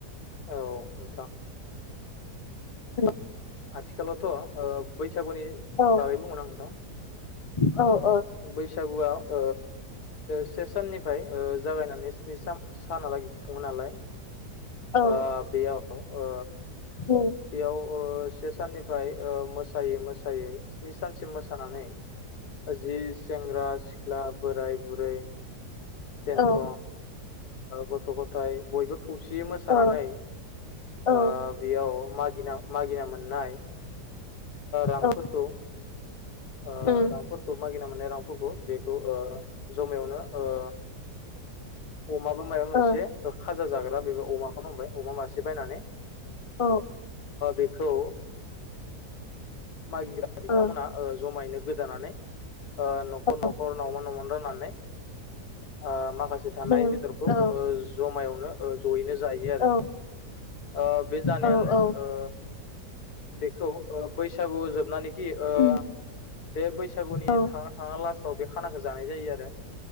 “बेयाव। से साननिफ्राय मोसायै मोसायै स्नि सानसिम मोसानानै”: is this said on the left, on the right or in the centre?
Left